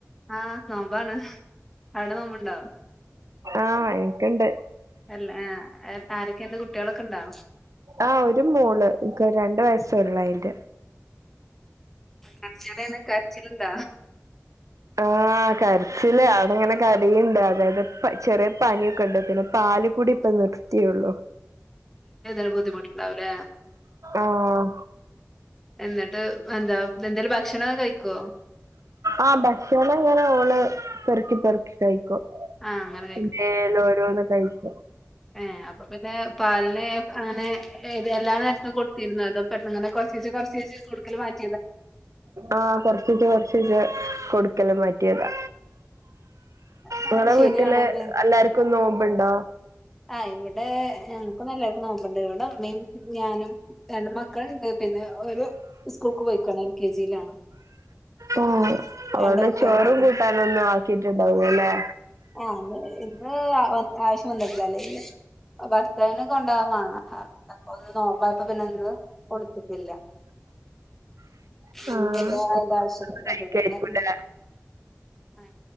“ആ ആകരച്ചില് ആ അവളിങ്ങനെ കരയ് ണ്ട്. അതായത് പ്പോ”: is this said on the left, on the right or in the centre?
Right